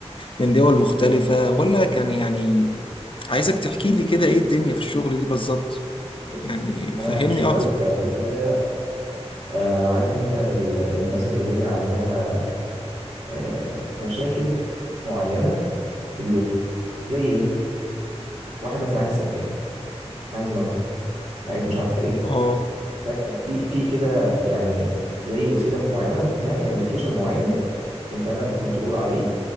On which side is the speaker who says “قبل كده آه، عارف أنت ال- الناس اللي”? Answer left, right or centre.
Right